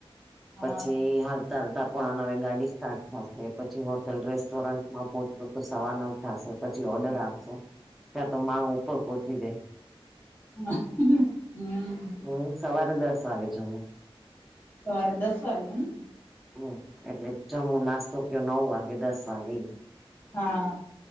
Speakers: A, on the left; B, in the centre.
A: હા
B: પછી હાલ ચાલતા પોણા નવે ગાડી સ્ટાર્ટ થશે, પછી હોટેલ રેસ્ટોરન્ટમાં પહોંચું તો સવા નવ થશે. પછી ઓર્ડર આપશું ત્યાં તો મ <unintelligible> ઉપર પહોંચી ગઈ.
A: હા. <unintelligible> હમ્મ. <unintelligible>
B: હું સવારે દસ વાગે જમું.
A: સવારે દસ વાગે ને?
B: હમ્મ, એટલે જમુ નાસ્તો કરું નવ વાગે, દસ વાગે
A: હા.